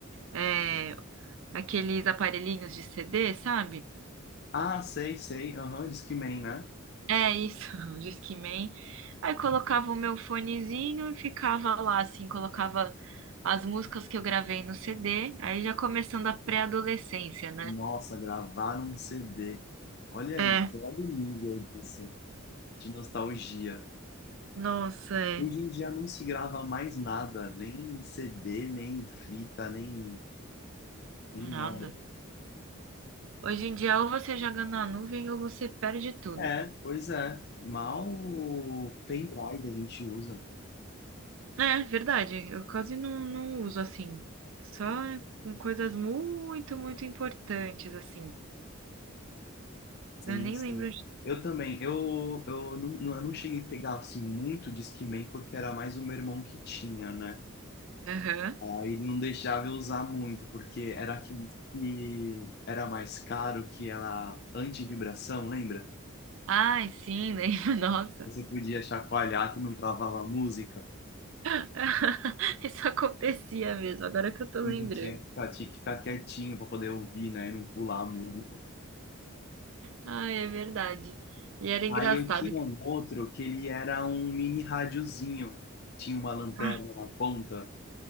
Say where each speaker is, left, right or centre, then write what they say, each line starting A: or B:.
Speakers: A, on the right; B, on the left.
A: é, aqueles aparelhinhos de CD, sabe?
B: Ah, sei, sei. Aham, Discman, né?
A: É isso, <laughs> o Discman. Aí colocava o meu fonezinho e ficava lá, assim, colocava as músicas que eu gravei no CD. Aí já começando a pré-adolescência, né?
B: Nossa, gravar num CD. Olha aí,
A: É,
B: você olha o nível disso, de nostalgia.
A: nossa, é.
B: Hoje em dia não se grava mais nada, nem CD, nem fita, nem, nem
A: Nada.
B: nada.
A: Hoje em dia, ou você joga na nuvem ou você perde tudo.
B: É, pois é. Mal o pendrive a gente usa.
A: É, verdade. Eu quase não, não uso assim. Só com coisas muito, muito importantes, assim.
B: Sim,
A: Eu nem
B: sim.
A: lembro. de-
B: Eu também. Eu, eu, não, não- eu não cheguei a pegar assim, muito Discman, porque era mais o meu irmão que tinha, né?
A: Aham.
B: Aí não deixava eu usar muito, porque era aquele que era mais caro que era anti-vibração, lembra?
A: Ai, sim, lembro. <laughs> Nossa.
B: Você podia chacoalhar que não travava a música.
A: <laughs> Isso acontecia mesmo, agora que eu tô
B: E
A: lembrando.
B: tinha que ficar, tinha que ficar quietinho para poder ouvir, né? E não pular a música.
A: Ai, é verdade. E era engraçado.
B: Aí eu tinha um outro que ele era um mini radiozinho, que tinha uma lanterna
A: Ah,
B: na ponta.